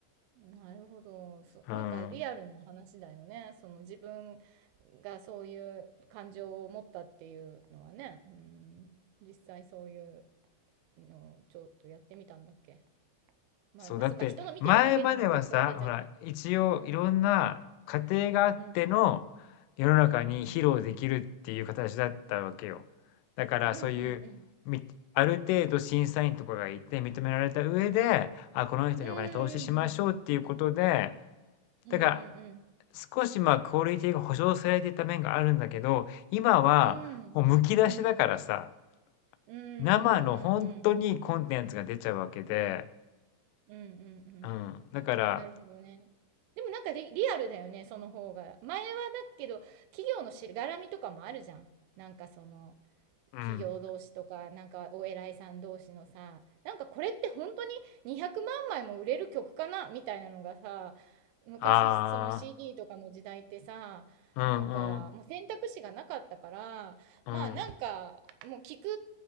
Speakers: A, on the right (about 85°); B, on the left (about 90°).
A: なるほど。そ、
B: うん。
A: なんかリアルな話だよね。その自分がそういう感情を持ったっていうのはね。うん、実際そういうのをちょっとやってみたんだっけ。まあ、
B: そう、だって前まではさ、
A: あそっか、人の見てるだけでもこう比べちゃって。
B: ほら、一応いろんな過程があっての世の中に披露できるっていう形だったわけよ。
A: うん。うんうん。
B: だからそういう、
A: うんうんうん。
B: みある程度審査員とかがいて認められた上で、あ、この人にお金投資しましょうっていうことで、
A: うんうんうん。うんうんうん。
B: だから少し、ま、クオリティが保証されていた面があるんだけど、今はもうむき出しだからさ、
A: うん。うん。うんうんうんうんうん。
B: 生の本当にコンテンツが出ちゃうわけで、
A: うんうんうんうんうんうんうんうんうんうんうんうんうんうん
B: うん、だから、
A: なるほどね。でもなんかリ、リアルだよね、その方が。前はだけど、企業のしがらみとかもあるじゃん。なんかその、
B: うん、
A: 企業同士とか、なんかお偉いさん同士のさ、なんかこれって本当に200万枚も売れる曲かなみたいなのがさ、昔その
B: ああ、
A: CD とかの時代ってさ、
B: うんうん、
A: なんかもう選択肢がなかったから、
B: うん。
A: まあなんかもう聞く